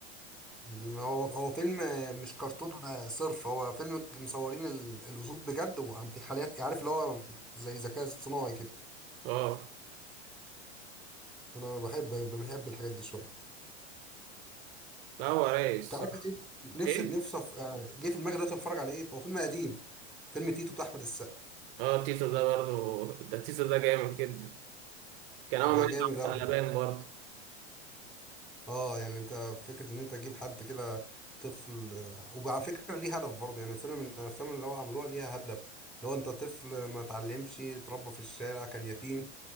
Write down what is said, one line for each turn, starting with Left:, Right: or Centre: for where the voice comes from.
Centre: هو هو فيلم مش كرتون صرف هو فيلم مصورين ال- الاسود بجد وعم- يخليها عارف اللي هو زي ذكاء اصطناعي كده
Right: اه
Centre: انا بحب بحب الحاجات دي شويه
Right: لا هو رايق الصراحه
Centre: انت عارف ايه نفسي
Right: ايه
Centre: نفسي أف... يعني جه في دماغي دلوقتي اتفرج على ايه فهو فيلم قديم فيلم تيتو بتاع احمد السقا
Right: اه تيتو ده برضه ده تيتو ده جامد جدا كان اول
Centre: ده
Right: ما
Centre: جامد
Right: نطلع
Centre: اوي
Right: على بالي برضه
Centre: اه يعني انت فكره ان انت تجيب حد كده طفل وعلى فكره ليه هدف برضه يعني الفيلم من الافلام اللي هو عملوها ليها هدف اللي هو انت طفل ما اتعلمش اتربى في الشارع كان يتيم